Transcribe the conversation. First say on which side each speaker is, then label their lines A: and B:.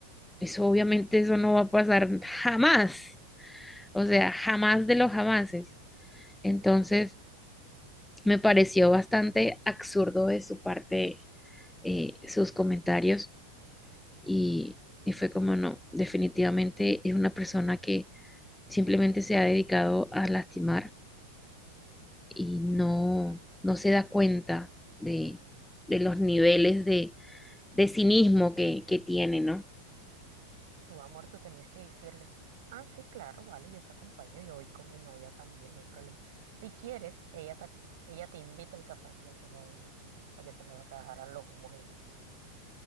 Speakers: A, in the centre; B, on the right.
A: eso obviamente eso no va a pasar jamás, o sea, jamás de los jamases. Entonces, me pareció bastante absurdo de su parte eh, sus comentarios y, y fue como no, definitivamente es una persona que simplemente se ha dedicado a lastimar y no, no se da cuenta de, de los niveles de, de cinismo que, que tiene, ¿no?
B: Tu amor, tú tenías que decirle, ah, sí, claro, vale, yo te acompaño, yo voy con mi novia también, no hay problema. Si quieres, ella te, ac- ella te invita al café a ti y a tu novia, para que se le bajaran los humos y listo.